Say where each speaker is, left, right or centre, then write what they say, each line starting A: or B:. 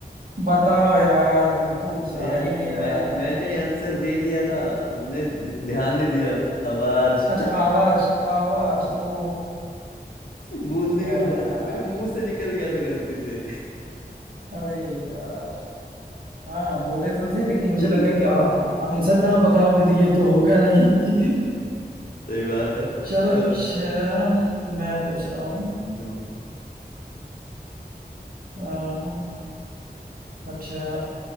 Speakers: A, on the right; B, on the left.
A: बताओ यार हमको कुछ आ
B: यार
A: ही नहीं रहा
B: मैं
A: है दिमाग
B: मैंने
A: में।
B: आंसर दे दिया था तुमने ध- ध्यान नहीं दिया आवाज
A: अच्छा
B: <laughs>
A: आवाज आवाज ओ
B: बोलने
A: क्या
B: के
A: यार
B: बाद मेरे मुंह से निकल गया था गलती से
A: अरे यार हाँ बोले तो थे लेकिन मुझे
B: <laughs>
A: लगा कि आ, आंसर कहाँ बताओगे तो ये तो होगा नहीं
B: सही बात
A: <laughs>
B: है
A: चलो
B: अ,
A: अच्छा मैं पूछ रहा हूँ
B: हम्म
A: आ, अच्छा